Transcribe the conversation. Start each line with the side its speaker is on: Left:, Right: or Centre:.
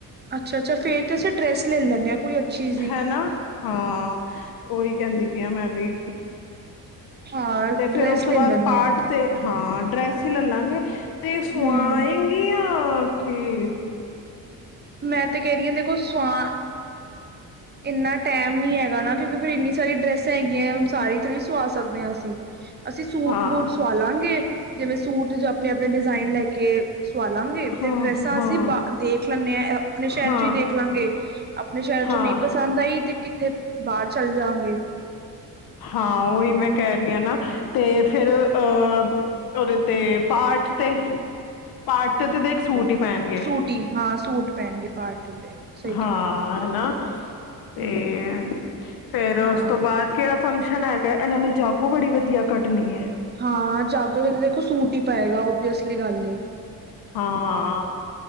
Right: ਅੱਛਾ ਅੱਛਾ, ਫ਼ੇਰ ਤੇ ਅਸੀਂ ਡਰੈਸ ਲੈ ਲੈਂਦੇ ਹਾਂ ਕੋਈ ਅੱਛੀ ਜਿਹੀ
Left: ਹੈ ਨਾ, ਹਾਂ। ਉਹੀ ਕਹਿੰਦੀ ਪਈ ਆ ਮੈਂ ਵੀ।
Right: ਹਾਂ
Left: ਤੇ
Right: ਡਰੈਸ
Left: ਫੇਰ ਉਸ ਤੋਂ
Right: ਲੈ
Left: ਬਾਅਦ
Right: ਲੈਂਦੇ
Left: ਪਾਠ
Right: ਹਾਂ
Left: ਤੇ, ਹਾਂ ਡਰੈਸ ਹੀ ਲਲਾਂਗੇ। ਤੇ ਸਵਾਏਂ
Right: ਹਮ
Left: ਚੰਗੀਆਂ ਕੀ
Right: ਮੈਂ ਤੇ ਕਹਿ ਰਹੀਂ ਹਾਂ ਦੇਖੋ ਸੁਆਂ ਇੰਨਾ ਟਾਈਮ ਨੀ ਹੈਗਾ ਨਾ, ਕਿਉਂਕਿ ਫੇਰ ਇੰਨੀ ਸਾਰੀ ਡਰੈਸਾਂ ਹੈਗੀਆਂ, ਹੁਣ ਸਾਰੀ ਥੋੜੀ ਸਵਾ ਸਕਦੇ ਹਾਂ ਅਸੀਂ। ਅਸੀਂ ਸੂਟ
Left: ਹਾਂ
Right: ਵੂਟ ਸੁਆ ਲਾਂਗੇ, ਜਿਵੇਂ ਸੂਟ ਆਪਣੇ ਆਪਣੇ ਡਿਜ਼ਾਇਨ ਲੈ ਕੇ ਕੇ ਸਵਾ ਲਾਂਗੇ
Left: ਹਾਂ
Right: ਤੇ ਡਰੈਸਾਂ
Left: ਹਾਂ
Right: ਅਸੀਂ ਬਾ ਦੇਖ ਲੈਂਦੇ ਏਂ। ਅਪਨੇ ਸ਼ਹਿਰ
Left: ਹਾਂ
Right: ਚੋਂ ਹੀ ਦੇਖ ਲਾਂਗੇ, ਅਪਨੇ ਸ਼ਹਿਰ ਚੋਂ
Left: ਹਾਂ
Right: ਨਹੀਂ ਪਸੰਦ ਆਈ ਤੇ ਕਿੱਥੇ ਬਾਹਰ ਚੱਲ ਜਾਂਗੇ।
Left: ਹਾਂ ਉਹੀ ਮੈਂ ਕਹਿ ਰਹੀ ਹਾਂ ਨਾ ਤੇ ਫਿਰ ਅ ਹ ਉਹਦੇ ਤੇ ਪਾ ਪਾਠ ਤੇ, ਪਾਠ ਤੇ ਤੇ ਦੇਖ ਸੂਟ ਹੀਂ ਪੈਣਗੇ
Right: ਸੂਟ ਹੀ ਹਾਂ ਸੂਟ ਪਹਿਨਗੇ ਪਾਰਟੀ ਤੇ ਸਹੀ ਕਹਿ
Left: ਹਾਂ,
Right: ਰਹੇ ਹੋ।
Left: ਹੈਨਾ ਤੇ
Right: ਹਮ
Left: ਫੇਰ ਉਸ
Right: ਹਾਂ
Left: ਤੋਂ ਬਾਅਦ ਕਿਹੜਾ ਫੰਕਸ਼ਨ ਹੈਗਾ? ਇਹਨਾਂ ਨੇ ਜਾਗੋ ਬੜੀ ਵਧੀਆ ਕੱਢਣੀ ਹੈ
Right: ਹਾਂ ਜਾਗੋ ਤੇ ਤਾਂ ਦੇਖੋ ਸੂਟ ਹੀ ਪਏਗਾ, ਓਬਵੀਅਸਲੀ ਗੱਲ ਏ।
Left: ਹਾਂ